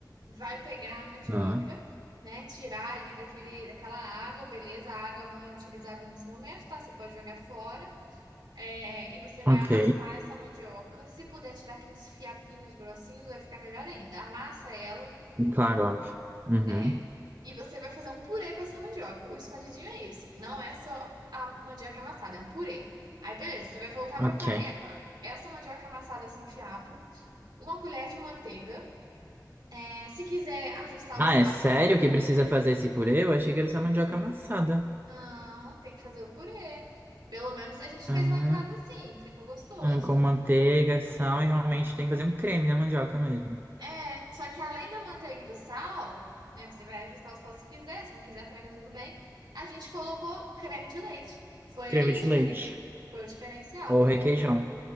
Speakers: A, on the right (about 85°); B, on the right (about 30°).
A: vai pegar a mandioca,
B: Ah,
A: né? Tirar ali daquele, daquela água, beleza? A água não é utilizável nesse momento, tá? Você pode jogar fora. É, e você vai
B: ok,
A: amassar essa mandioca. Se puder tirar aqueles fiapinhos grossinhos, vai ficar melhor ainda. Amassa ela.
B: claro, óbvio. Uhum.
A: É. E você vai fazer um purê com essa mandioca. O escondidinho é isso. Não é só a mandioca amassada, é um purê. Aí, beleza, você vai voltar
B: Ok.
A: para a panela. Essa mandioca amassada sem fiapo. Uma colher de manteiga. É, se quiser ajustar
B: Ah,
A: o sal,
B: é sério que precisa fazer esse purê? Eu achei que era só mandioca amassada.
A: não, tem que fazer o purê. Pelo menos a gente
B: Ah.
A: fez lá em casa assim, fica gostoso.
B: Ah, Com manteiga, sal e realmente tem que fazer um creme da mandioca mesmo.
A: É, só que além da manteiga e do sal, né? Você vai ajustar o sal se quiser, se não quiser também tá tudo bem. A gente colocou creme de leite. Foi
B: Creme
A: aí
B: de
A: o diferencial.
B: leite
A: Foi o diferencial,
B: ou
A: aquele
B: requeijão.